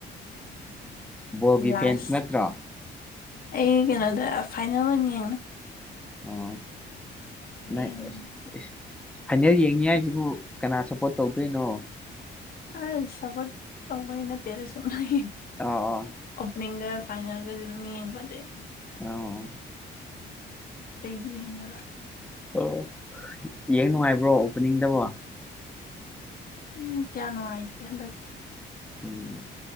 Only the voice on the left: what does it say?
ꯂꯥꯁ
ꯑꯩ ꯀꯩꯅꯣꯗ ꯐꯥꯏꯅꯦꯜ ꯑꯣꯏꯅ ꯌꯦꯡꯅꯤ
ꯌꯦꯡ
ꯑꯥꯁ ꯁꯞꯄꯣꯔꯠ ꯇꯧꯕꯩ ꯇꯠꯇꯦꯗ ꯆꯨꯝꯅꯒꯤ
ꯑꯣꯄꯅꯤꯡꯒ ꯐꯥꯏꯅꯦꯜꯒꯗꯤ ꯑꯗꯨꯝ ꯌꯦꯡꯕꯗꯤ
ꯇꯩꯗꯤ ꯌꯦꯡꯗꯕ
ꯎꯪ ꯀꯌꯥ ꯅꯨꯡꯥꯏꯇꯦ ꯍꯟꯗꯛꯇꯤ